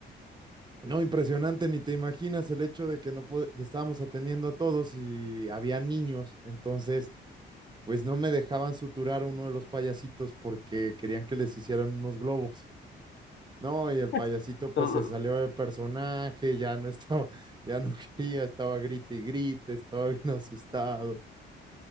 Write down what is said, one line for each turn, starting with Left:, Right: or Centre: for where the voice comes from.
Right: No, impresionante, ni te imaginas el hecho de que no pod- estábamos atendiendo a todos y había niños, entonces pues no me dejaban suturar a uno de los payasitos porque querían que les hicieran unos globos. No, y el payasito
Left: <laughs>
Right: pues
Left: Pero
Right: se
Left: lo-
Right: salió de personaje, ya no estaba, <laughs> ya no quería, estaba grite y grite, estaba bien asustado.